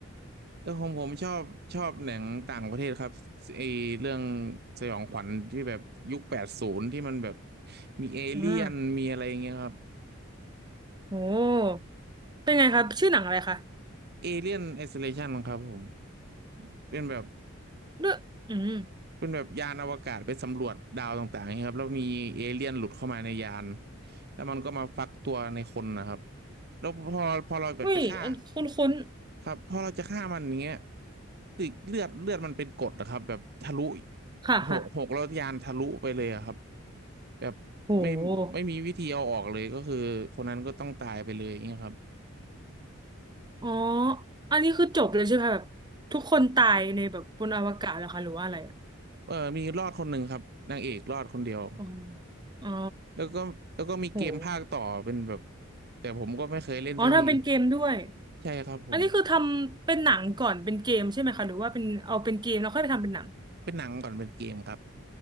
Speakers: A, on the right; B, on the right.
A: แต่ผมผมชอบชอบหนังต่างประเทศครับไอเรื่องสยองขวัญที่แบบยุคแปดศูนย์ที่มันแบบมีเอเลี่ยนมีอะไรอย่างเงี้ยครับ
B: อ่าโอ้เป็นไงคะชื่อหนังอะไรคะ
A: เอเลี่ยนไอโซเลชันครับผมเป็นแบบ
B: ด้วยอืม
A: เป็นแบบยานอวกาศไปสำรวจดาวต่างๆครับแล้วมีเอเลี่ยนหลุดเข้ามาในยานแล้วมันก็มาฟักตัวในคนนะครับแล้วพอพอเราแบบจะฆ่า
B: อุ้ยอันคุ้น
A: ครับพอเราจะฆ่ามันอย่างเงี้ยตึกเลือดเลือดมันเป็นกรดนะครับแบบทะลุ
B: ๆค่ะค่ะ
A: หกหกแล้วยานทะลุไปเลยอะครับแบบไม่ไม่มีวิธีเอาออกเลยก็คือคนนั้นก็ต้องตายไปเลยอย่างเงี้ยครับ
B: โหอ๋ออันนี้คือจบเลยใช่ไหมคะแบบทุกคนตายในแบบบนอวกาศแล้วคะหรือว่าอะไรอะ
A: เออมีรอดคนหนึ่งครับนางเอกรอดคนเดียว
B: อ๋ออ๋อ
A: แล้วก็แล้วก็มีเกมภาคต่อเป็นแบบ
B: โห
A: แต่ผมก็ไม่เคยเล่นสักที
B: อ๋อทำเป็นเกมด้วย
A: ใช่ครับผม
B: อันนี้คือทำเป็นหนังก่อนเป็นเกมใช่ไหมคะหรือว่าเป็นเอาเป็นเกมแล้วค่อยไปทำเป็นหนัง
A: เป็นหนังก่อนเป็นเกมครับ